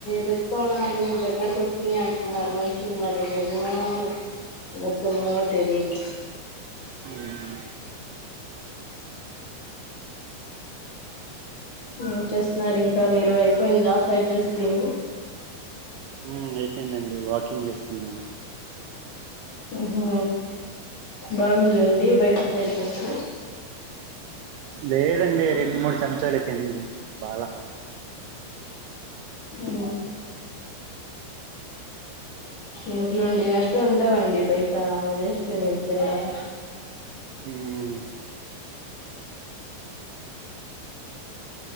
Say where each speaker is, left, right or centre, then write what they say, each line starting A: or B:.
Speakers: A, on the left; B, on the right.
A: ఋతుపవనాలు గ్గరిక వచ్చింది అంటున్నారు మనుషులు మరి నిజమో అబద్ధమో తెలిదు
B: మ్మ్
A: ఏం చేస్తున్నారు ఇంకా మీరు అయిపోయిందా ఫైడ్ రైస్ తిని
B: మ్మ్ అయిపోయిందండి వాకింగ్ చేస్తున్నాను
A: మ్మ్ హు బాగుందండి బయట ఫ్రైడ్ రైస్
B: లేదండి రెండు మూడు చెంచాలయీతేండి బాల
A: మ్ ఇంట్లోండినట్ ఉండవండి బయట వెస్ట్ మేమ్ తినడం
B: ఉమ్